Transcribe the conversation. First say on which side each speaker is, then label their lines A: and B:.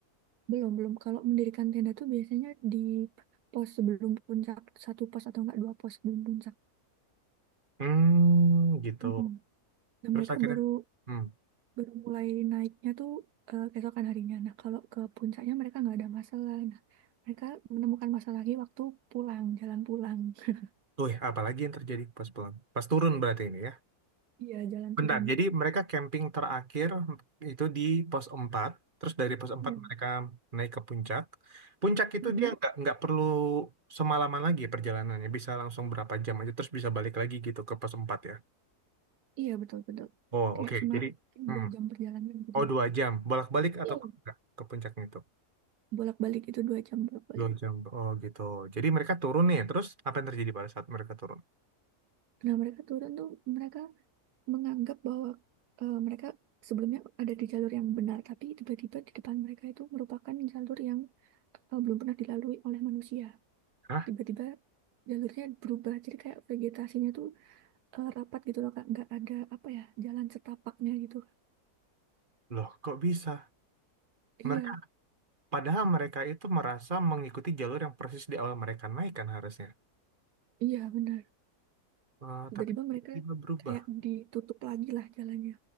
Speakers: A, on the right; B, on the right.
A: Belum belum kalau mendirikan tenda tuh biasanya di pos sebelum puncak satu pos atau enggak dua pos sebelum puncak.
B: Hmm, gitu.
A: Mm-mm. Nah
B: Terus
A: mereka
B: akhirnya,
A: baru
B: hmm,
A: baru mulai naiknya tuh eh, keesokan harinya. Nah kalau ke puncaknya mereka nggak ada masalah. Nah mereka menemukan masalah lagi waktu pulang jalan pulang. <laughs>
B: tuh ya, apalagi yang terjadi pas pulang? Pas turun berarti ini ya?
A: Iya jalan
B: Bentar,
A: turun.
B: jadi mereka camping terakhir itu di pos empat terus dari pos empat
A: Iya.
B: mereka naik ke puncak. Puncak itu
A: Mm-mm.
B: dia nggak nggak perlu semalaman lagi perjalanannya, bisa langsung berapa jam aja, terus bisa balik lagi gitu ke pos 4 ya.
A: Iya betul-betul.
B: Oh
A: Kayak
B: oke,
A: cuma
B: Jadi hmm.
A: dua jam perjalanan gitu
B: oh
A: lah.
B: dua jam bolak-balik atau
A: Hmm.
B: enggak ke puncaknya itu?
A: Bolak-balik itu dua jam bolak-balik.
B: Dua jam, oh gitu. Jadi mereka turun nih, terus apa yang terjadi pada saat mereka turun?
A: Nah mereka turun tuh mereka menganggap bahwa eh, mereka sebelumnya ada di jalur yang benar, tapi tiba-tiba di depan mereka itu merupakan jalur yang eh, belum pernah dilalui oleh manusia.
B: Hah,
A: Tiba-tiba jalurnya berubah, jadi kayak vegetasinya tuh eh, rapat gitu loh, Kak. nggak ada apa ya jalan setapaknya gitu.
B: loh kok bisa?
A: Iya,
B: Mereka padahal mereka itu merasa mengikuti jalur yang persis di awal mereka naik kan harusnya.
A: iya benar.
B: Eh,
A: Tiba-tiba
B: tapi tiba-tiba
A: mereka
B: berubah.
A: kayak ditutup lagi lah jalannya.